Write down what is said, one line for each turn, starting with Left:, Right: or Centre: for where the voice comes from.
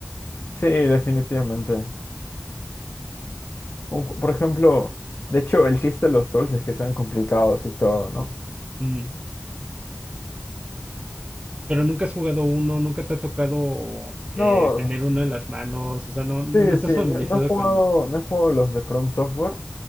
Left: Sí, definitivamente. Un ju- por ejemplo, de hecho, el chiste de los Souls es que sean complicados y todo, ¿no?
Right: Mm, Pero nunca has jugado uno, nunca te ha tocado eh,
Left: No,
Right: tener uno en las manos, o sea, no, no
Left: sí,
Right: estás
Left: sí,
Right: familiarizado
Left: no, no he jugado,
Right: con...
Left: no he jugado los de From Software.